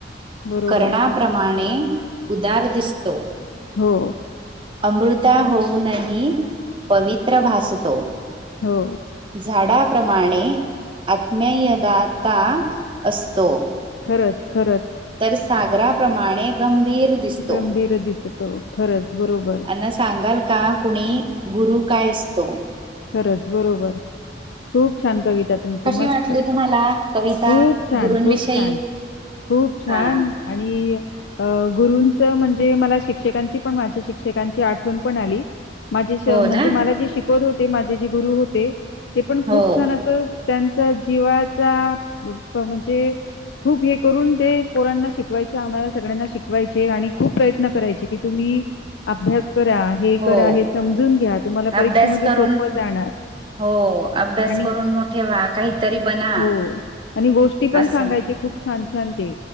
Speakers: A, on the left; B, on the right.
A: बरोबर.
B: कर्णाप्रमाणे उदार दिसतो.
A: हो.
B: अमृता होऊन ही पवित्र भासतो.
A: हो.
B: झाडाप्रमाणे आत्मेयदाता असतो.
A: खरंच खरंच.
B: तर सागराप्रमाणे गंभीर दिसतो
A: गंभीर दिसतो खरंच बरोबर.
B: अण्णा सांगाल का कुणी गुरु काय असतो?
A: खरंच बरोबर खूप छान कविता तुमची
B: कशी
A: मस्त
B: वाटली
A: खूप
B: तुम्हाला कविता
A: छान
B: गुरूंविषयी
A: खूप छान खूप छान
B: हा
A: आणि अ गुरूंचं म्हणजे मला शिक्षकांची पण माझ्या शिक्षकांची आठवण पण आली. माझे शे
B: हो
A: म्हणजे
B: ना
A: मला जे शिकवत होते माझे जे गुरु होते ते पण खूप
B: हो
A: छान असं त्यांचा जीवाचा प म्हणजे खूप हे करून ते पोरांना शिकवायच्या आम्हाला सगळ्यांना शिक कवायचे आणि खूप प्रयत्न करायचे कि तुम्ही अभ्यास करा. हे
B: हो
A: करा समजून घ्या तुम्हाला परीक्षेमध्ये
B: अभ्यास करून
A: सोपं जाणार.
B: हो अभ्यास
A: आणि
B: करून मोठे व्हा काहीतरी बना
A: हो आणि गोष्टी पण
B: असं.
A: सांगायचे खूप छान छान ते